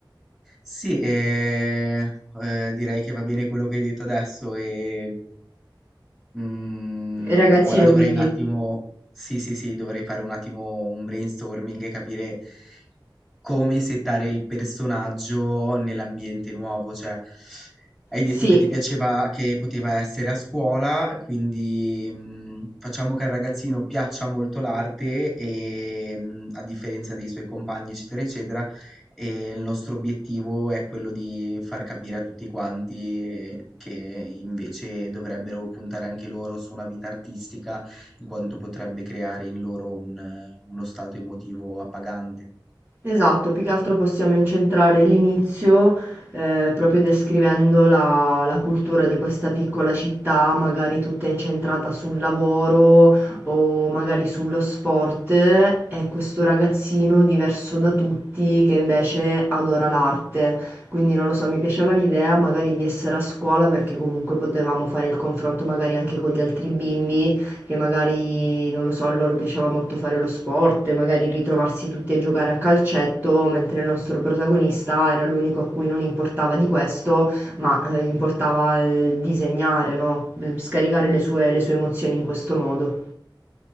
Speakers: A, in the centre; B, on the right.
A: Sì, eh, eh, direi che va bene quello che hai detto adesso e mm,
B: Ragazzino,
A: ora dovrei
B: quindi.
A: un attimo, sì, sì, sì, dovrei fare un attimo un brainstorming e capire come settare il personaggio nell'ambiente nuovo, cioè hai detto
B: Sì.
A: che ti piaceva che poteva essere a scuola, quindi mh, facciamo che al ragazzino piaccia molto l'arte e mh, a differenza dei suoi compagni, eccetera, eccetera, e il nostro obiettivo è quello di far capire a tutti quanti che invece dovrebbero puntare anche loro su una vita artistica, in quanto potrebbe creare in loro un, eh, uno stato emotivo appagante.
B: Esatto, più che altro possiamo incentrare l'inizio, ehm, proprio descrivendo la la cultura di questa piccola città, magari tutta incentrata sul lavoro o magari sullo sport, e questo ragazzino diverso da tutti che invece adora l'arte. Quindi non lo so, mi piaceva l'idea magari di essere a scuola perché comunque potevamo fare il confronto magari anche con gli altri bimbi che magari, non lo so, a loro piaceva molto fare lo sport e magari ritrovarsi tutti a giocare a calcetto, mentre il nostro protagonista era l'unico a cui non importava di questo, ma eh, gli importava eh, disegnare, no? Scaricare le sue, le sue emozioni in questo modo.